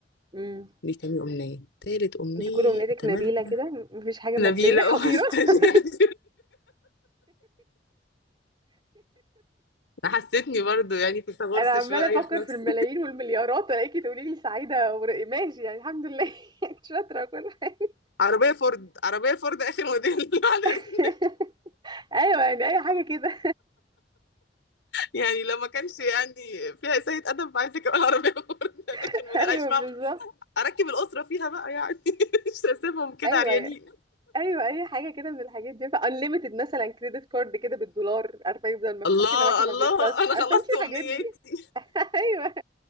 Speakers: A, on the right; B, on the left.
A: مم. امم
B: دي تاني امنيه تالت امنيه
A: انت كل امنيتك
B: اتمنى
A: نبيله كده مفيش حاجه ماديه
B: نبيله
A: حقيره
B: اه مستنيه
A: <laughs>
B: <laughs> حسيتني برضو يعني في تغرس
A: انا عماله
B: شويه
A: افكر
B: في نفسي
A: في الملايين والمليارات الاقيكي تقولي لي سعيده ور- ماشي يعني الحمد لله <laughs> انت شاطره كل حاجه
B: عربية فورد عربية فورد آخر موديل <laughs> بعد إذنك.
A: <laughs> ايوه يعني اي حاجه كده
B: يعني لو ما كانش يعني فيها إساءة أدب عايزة كمان عربية فورد <laughs> آخر
A: <laughs>
B: موديل
A: ايوه
B: أعيش معاهم
A: بالظبط
B: أركب الأسرة فيها بقى يعني <laughs> مش هسيبهم كده
A: ايوه
B: عريانين
A: ايوه اي حاجه كده من الحاجات دي انليمتد مثلا كريدت كارد كده بالدولار عارفه يفضل مفتوح
B: الله
A: كده معاكي ما
B: الله
A: بيخلصش
B: أنا
A: عارفه
B: خلصت
A: انت
B: أمنياتي
A: الحاجات دي <laughs> ايوه